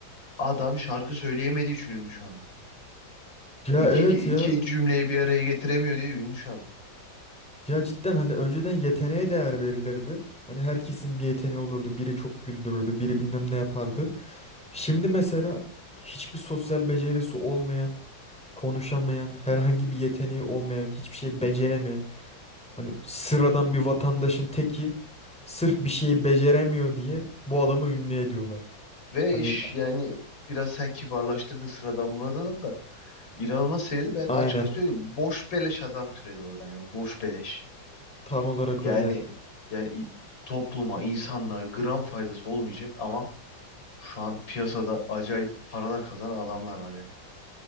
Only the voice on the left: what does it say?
Adam şarkı söyleyemediği için ünlü şu anda.
İki,
iki,
iki cümleyi bir araya getiremiyor diye ünlü şu anda.
Ve
iş
yani biraz sen kibarlaştırdın sıradan Murat'ını da inanılmaz seviyede ben
açık açık söyleyeyim. Boş beleş adam türedi oradan yani boş beleş.
Yani
yani i- topluma, insanlığa gram faydası olmayacak ama şu an piyasada acayip paralar kazanan adamlar var yani.